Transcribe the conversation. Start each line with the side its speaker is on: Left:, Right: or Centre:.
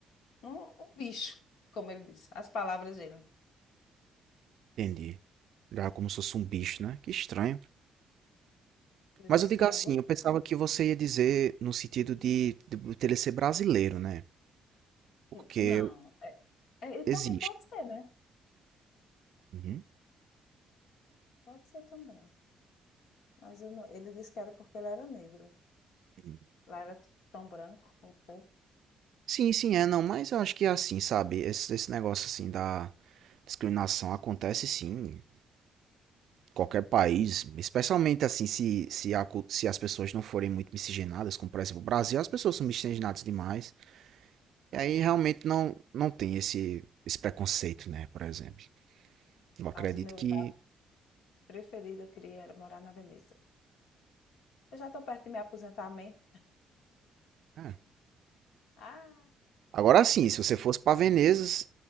Left: um, um bicho, como ele disse, as palavras dele.
Right: entendi. Já como se fosse um bicho, né? Que estranho.
Left: Ele
Right: Mas
Left: disse
Right: eu digo
Left: que não
Right: assim,
Left: gostou.
Right: eu pensava que você ia dizer no sentido de de dele ser brasileiro, né, porque
Left: N- Não, é, é, eu
Right: existe.
Left: também pode ser, né?
Right: Uhum,
Left: Pode ser também. Mas eu não- ele disse que era porque ele era negro.
Right: uhum.
Left: Lá era tudo tão branco, o povo.
Right: Sim, sim, é, não, mas eu acho que é assim, sabe, esse esse negócio, assim, da discriminação acontece sim, em qualquer país, especialmente, assim, se se a cul se as pessoas não forem muito miscigenadas, como, por exemplo, o Brasil, as pessoas são miscigenadas demais, e aí realmente não não tem esse esse preconceito, né, por exemplo. Eu acredito
Left: Mas o meu
Right: que
Left: lugar preferido, eu queria era morar na Veneza. Eu já estou perto de me aposentar mesmo.
Right: é.
Left: Ah,
Right: Agora sim,
Left: é,
Right: se você fosse para Veneza,